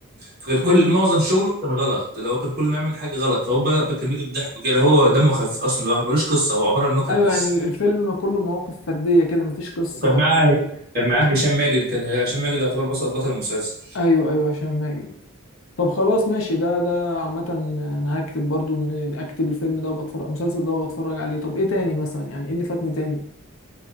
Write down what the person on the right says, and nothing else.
فكان كل
معظم شغله كان غلط لو كان كل ما يعمل حاجه غلط فهو بقى كان بيجي بضحكه كده هو دمه خفيف اصلا الواحد ملوش قصه هو عباره عن نكت
بس
وكان معاه
كان معاه هشام ماجد كان هشام ماجد يعتبر بطل بطل المسلسل